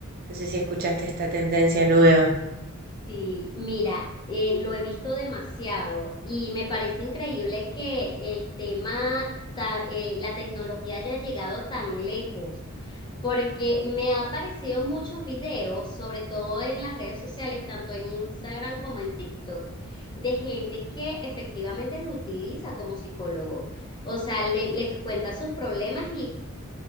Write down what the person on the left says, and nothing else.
Sí, mira, eh, lo he visto demasiado y me parece increíble que el tema, ta- eh, la tecnología haya llegado tan lejos, porque me ha aparecido muchos videos, sobre todo en las redes sociales, tanto en Instagram como en TikTok, de gente que efectivamente lo utiliza como psicólogo. O sea, le- les cuenta sus problemas